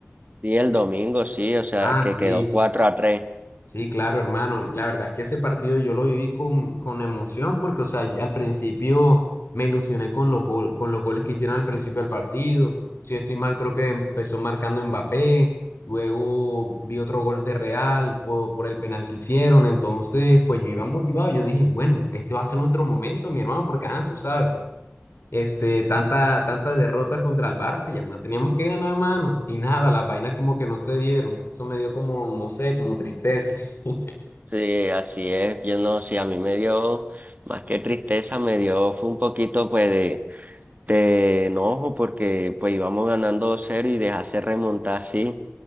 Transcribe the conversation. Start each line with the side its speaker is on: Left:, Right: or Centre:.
Right: Sí, el domingo, sí, o sea,
Left: Ah,
Right: que
Left: sí.
Right: quedó 4 a tres.
Left: Sí, claro, hermano. La verdad es que ese partido yo lo viví con, con emoción porque, o sea, yo al principio me ilusioné con los gol- con los goles que hicieron al principio del partido. Si yo estoy mal, creo que empezó marcando Mbappé, luego vi otro gol de Real por, por el penal que hicieron. Entonces, pues yo iba motivado. Yo dije, bueno, este va a ser nuestro momento, mi hermano, porque, ajá, tú sabes, este, tanta, tantas derrotas contra el Barça, ya no teníamos que ganar, mano. Y nada, las vainas como que no se dieron. Eso me dio como, no sé, como tristeza. <laughs>
Right: Sí, así es. Yo no, sí, a mí me dio, más que tristeza, me dio, fue un poquito, pues, de, de enojo, porque, pues, íbamos ganando dos cero y dejarse remontar, sí.